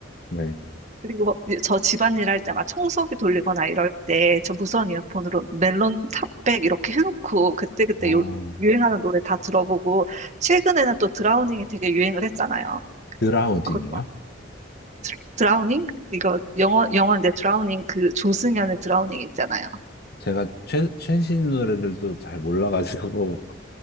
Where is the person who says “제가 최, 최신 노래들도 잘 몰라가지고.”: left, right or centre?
Left